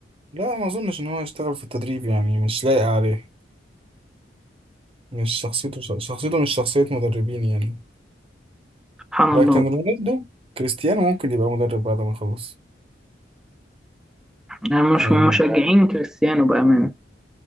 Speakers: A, on the right (about 30°); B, in the centre.
A: لا ما اظنش ان هو يشتغل في التدريب يعني مش لايق عليه مش شخصيته شخصيته مش شخصية مدربين يعني
B: سبحان
A: لكن
B: الله
A: رونالدو كريستيانو ممكن يبقى مدرب بعد ما يخلص
B: يعني مش
A: يعني
B: مشجعين كريستيانو بأمانة